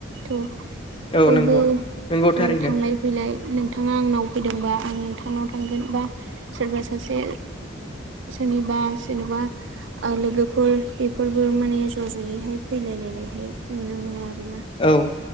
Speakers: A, on the right; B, on the left.
A: थ'
B: औ
A: बयबो
B: नंगौ नंगौ
A: औ
B: थारैनो
A: थांलाय। बिलाय नोंथाङा आंनाव फैदोंबा आं नोंथांनाव थांगोन बा सोरबा सासे सोरनिबा जेनेबा लोगोफोर बेफोरबो माने ज' ज'यैहाय फैलायलायनायहाय नुनो मोनो आरोना।
B: औ।